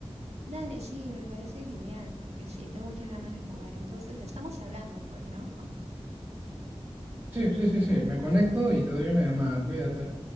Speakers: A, on the right; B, on the right.
A: Dale, sí, me parece genial, porque sí, tengo muchas ganas de jugar. Entonces, estamos hablando, pues, ¿no,
B: Sí, sí, sí, sí, me conecto y te doy una llamada, cuídate.